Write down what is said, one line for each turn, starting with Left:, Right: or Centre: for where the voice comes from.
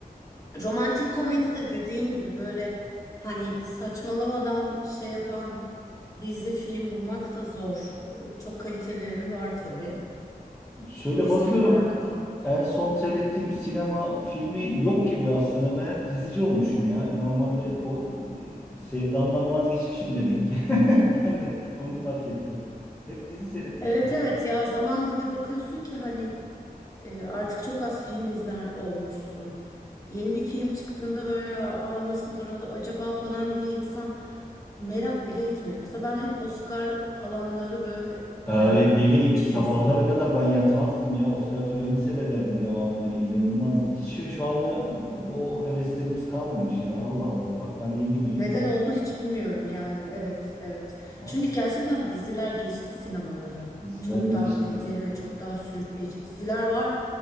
Left: Romantik komedide dediğin gibi böyle hani saçmalamadan şey yapan dizi film bulmak da zor. Ee, Çok kaliteleri var tabii
Centre: Şöyle
Left: dizi
Centre: bakıyorum
Left: olarak da.
Centre: en son seyrettiğim sinema filmi yok gibi aslında. Ben hep dizici olmuşum ya. Normalde o e, sevdamdan vazgeçmişim demek ki. <laughs> Yani onu fark ettim. Hep dizi seyretmişim.
Left: Evet
Centre: aslında.
Left: evet ya zamanla bir bakıyorsun ki hani e, artık çok az film izler olmuşsun. Yeni bir film çıktığında böyle aa nasıldır acaba falan diye insan merak bile etmiyor. Mesela ben hep Oscar alanları böyle
Centre: Evet
Left: hani o
Centre: deli
Left: yıl
Centre: gibi
Left: içerisinde.
Centre: sabahlara kadar ben yatmazdım ya. Oscar törenini seyrederdim devamlı. İnanılmazdı. Hiç şu şu anda o heveslerimiz kalmamış ya. Allah Allah. Bak ben yeni yeni
Left: Neden
Centre: fark
Left: oldu
Centre: ediyorum.
Left: hiç bilmiyorum yani. Evet, evet.
Centre: Aa,
Left: Çünkü gerçekten diziler geçti sinemaları.
Centre: diziler
Left: Çok
Centre: geçti.
Left: daha kaliteli ve çok daha sürükleyici diziler var.